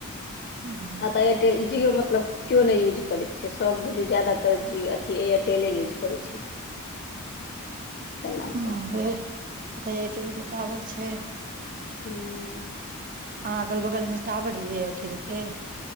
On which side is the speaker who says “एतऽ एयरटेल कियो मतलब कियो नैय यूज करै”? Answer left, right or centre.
Left